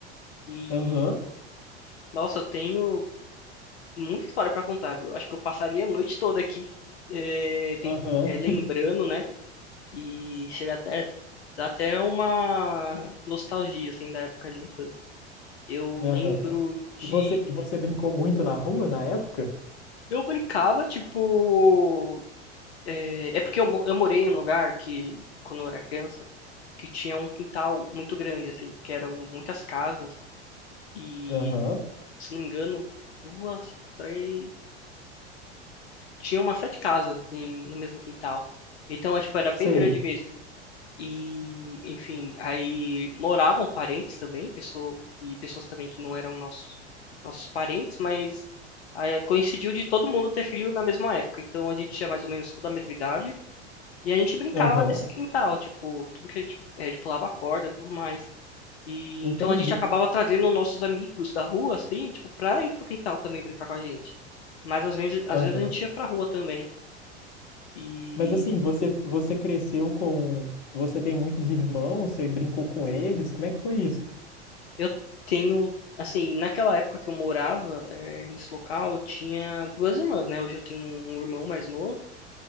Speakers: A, on the left (about 65°); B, on the left (about 45°).
A: E,
B: Aham,
A: nossa, eu tenho muita história pra contar, viu? Acho que eu passaria a noite toda aqui, eh, tem-
B: aham,
A: eh, lembrando, né? E chega até, dá até uma nostalgia, assim, da época de infância. Eu
B: aham.
A: lembro de.
B: E você, e você brincou muito na rua na época?
A: Eu brincava, tipo. É, é porque eu, mo- eu morei em um lugar que, quando eu era criança, que tinha um quintal muito grande, assim, porque eram muitas casas e,
B: Aham,
A: se não me engano, duas, três, tinha umas sete casas em- no mesmo quintal. Então, é, tipo, era bem
B: sei.
A: grande mesmo. E, enfim, aí moravam parentes também, pessoa, e pessoas também que não eram nossos, nossos parentes, mas aí coincidiu de todo mundo ter filho na mesma época. Então, a gente tinha mais ou menos toda a mesma idade. E a gente brincava
B: Aham,
A: nesse quintal, tipo, tudo que a gente, a gente pulava corda, e tudo mais. E
B: entendi.
A: então a gente acabava trazendo nossos amigos da rua, assim, tipo, pra ir pro quintal também brincar com a gente. Mas às vezes, às
B: Aham.
A: vezes a gente ia pra rua também. E
B: Mas assim, você, você cresceu com. Você tem muitos irmãos, você brincou com eles? Como é que foi isso?
A: eu tenho, assim, naquela época que eu morava, eh, nesse local, eu tinha duas irmãs, né? Hoje eu tenho um irmão mais novo